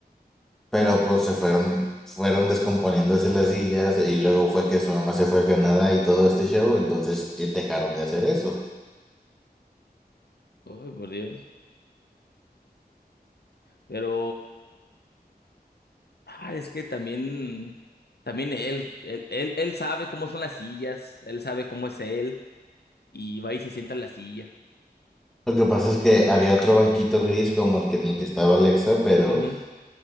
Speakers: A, in the centre; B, on the left.
A: Pero pues se fueron, fueron descomponiéndose las sillas y luego fue que su mamá se fue a Canadá y todo este show, entonces ya dejaron de hacer eso.
B: Ay, por Dios. Pero ah, es que también, también él, él, él, él sabe cómo son las sillas, él sabe cómo es él, y va y se sienta en la silla.
A: Lo que pasa es que había otro banquito gris como el que en el que estaba Alexa, pero
B: Ujú.